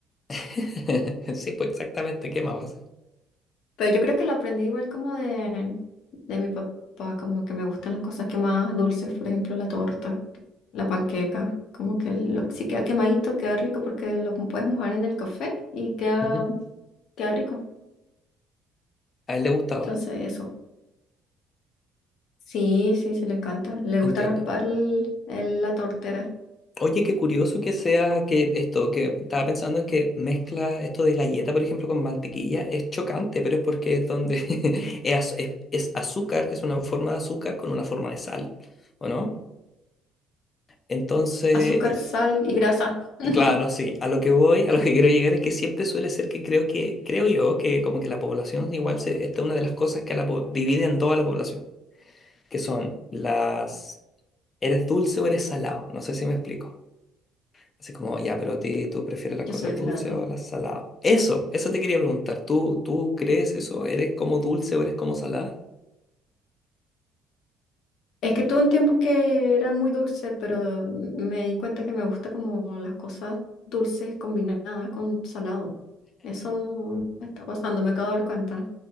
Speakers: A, on the left; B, on the left.
A: <laughs> Sí, pues exactamente, ¿qué más va a ser?
B: Pero yo creo que lo aprendí igual como de, de mi papá, como que me gustan las cosas quemadas dulces, por ejemplo, la torta, la panqueca. Como que lo, si queda quemadito, queda rico porque lo puedes mojar en el café y queda,
A: Ujú.
B: queda rico.
A: A él le gustaba.
B: Entonces, eso. Sí, sí, sí, le encanta. Le gusta
A: Entiendo.
B: raspar el- el- la tortera.
A: Oye, qué curioso que sea que esto, que estaba pensando en que mezcla esto de galleta, por ejemplo, con mantequilla, es chocante, pero es porque es donde <laughs> es, az- es- es azúcar, es una forma de azúcar con una forma de sal, ¿o no? Entonces,
B: Azúcar,
A: eh,
B: sal y grasa. <laughs>
A: claro, sí, a lo que voy, a lo que quiero llegar es que siempre suele ser que creo que, creo yo, que como que la población igual se, esta es una de las cosas que a la po- divide en dos a la población, que son las, ¿eres dulce o eres salado? No sé si me explico. Así como, ya, pero a ti- tú prefieres las
B: Yo
A: cosas
B: soy
A: dulces
B: las dos.
A: o las saladas. Eso, eso te quería preguntar. ¿Tú, tú crees eso? ¿Eres como dulce o eres como salada?
B: Es que tuve un tiempo que era muy dulce, pero me di cuenta que me gusta como las cosas dulces combinadas con salado. Eso me está pasando, me acabo de dar cuenta.